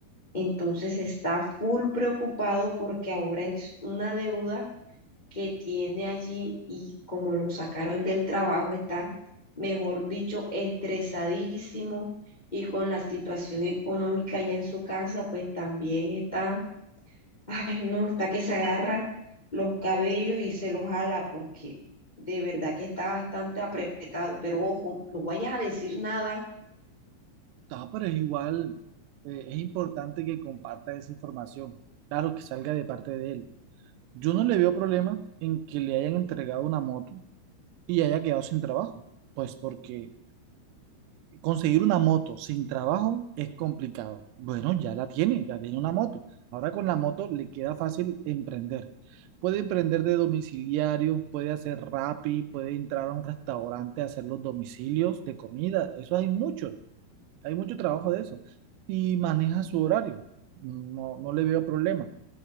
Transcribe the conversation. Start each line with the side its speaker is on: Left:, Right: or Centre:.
Left: Entonces está full preocupado porque ahora es una deuda que tiene allí y como lo sacaron del trabajo, está, mejor dicho, estresadísimo y con la situación económica ya en su casa, pues también está, <laughs> ay no, está que se agarra los cabellos y se los jala porque de verdad que está bastante apretado, pero ojo, no vayas a decir nada.
Right: No, pero es igual, eh, es importante que comparta esa información. Claro, que salga de parte de él. Yo no le veo problema en que le hayan entregado una moto y haya quedado sin trabajo. Pues porque conseguir una moto sin trabajo es complicado. Bueno, ya la tiene, ya tiene una moto. Ahora con la moto le queda fácil emprender. Puede emprender de domiciliario, puede hacer Rappi, puede entrar a un restaurante a hacer los domicilios de comida. Eso hay muchos. Hay mucho trabajo de eso. Y maneja su horario. No, no le veo problema.